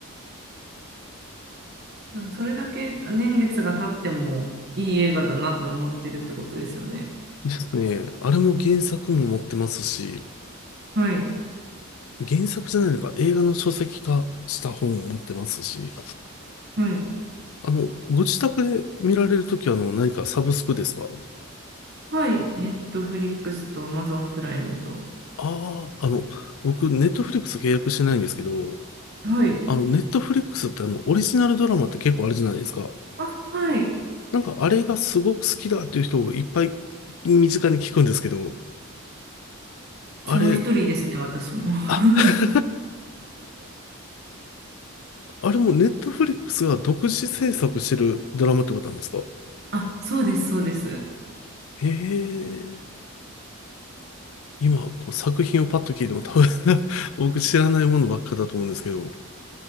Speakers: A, on the right; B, on the left.
A: でもそれだけ年月が経ってもいい映画だなって思ってるってことですよね。
B: ですね、あれも原作も持ってますし、
A: はい。
B: 原作じゃないのか、映画の書籍化した本を持ってますし、
A: はい。
B: あの、ご自宅で見られるときは、あの、何かサブスクですか
A: はい。ネットフリックスとアマゾンプライムと。
B: ああー、あの、僕、ネットフリックス契約してないんですけど、
A: はい。
B: あの、ネットフリックスってあの、オリジナルドラマって結構あるじゃないですか。
A: あ、はい。
B: なんかあれがすごく好きだっていう人をいっぱい身近に聞くんですけど、あれ、
A: その一人ですね、私も。<laughs>
B: あ、<laughs> あれもネットフリックスが独自制作してるドラマってことなんですか
A: あ、そうです、そうです。
B: へえ、今、こう作品をパッと聞いても多分 <laughs> 僕知らないものばっかだと思うんですけど、